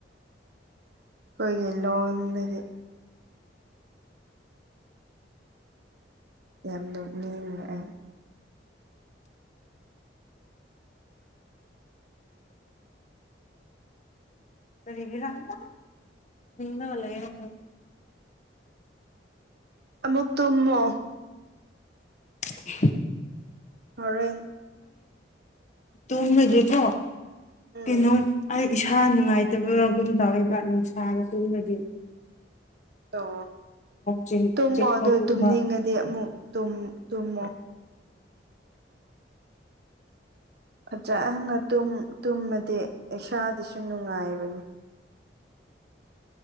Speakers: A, on the right; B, on the left.
A: ꯑꯩꯈꯣꯏꯒꯤ ꯂꯣꯟꯗꯒꯤ ꯌꯥꯝ ꯅꯣꯛꯅꯤꯡꯉ ꯑ
B: ꯀꯔꯤꯒꯤꯔꯗꯗ ꯍꯂꯒ
A: ꯑꯃꯨꯛꯛꯇꯃꯣ
B: <inaudible>
A: ꯍꯔ
B: ꯇꯨꯀꯣ
A: ꯎꯝ
B: ꯀꯩꯅꯣ ꯏꯁꯥ ꯅꯨꯡꯉꯥꯏꯇꯕꯒꯨꯝ ꯇꯎꯕ ꯅꯨꯡꯁꯥꯅ ꯆꯨꯝꯕꯗꯤ
A: ꯑꯣ
B: ꯆꯤꯛ
A: ꯇꯨꯝꯃꯣ
B: ꯆꯤꯛꯄꯒꯨꯝꯕ
A: ꯑꯗꯣ ꯇꯨꯝꯅꯤꯡꯉꯗꯤ ꯑꯃꯨꯛ ꯇꯨꯝ ꯇꯨꯝꯃꯣ꯫ ꯐꯖꯅ ꯇꯨꯝ ꯇꯨꯝꯃꯗꯤ ꯏꯁꯥꯗꯁꯨ ꯅꯨꯡꯉꯥꯏꯕꯅꯤ꯫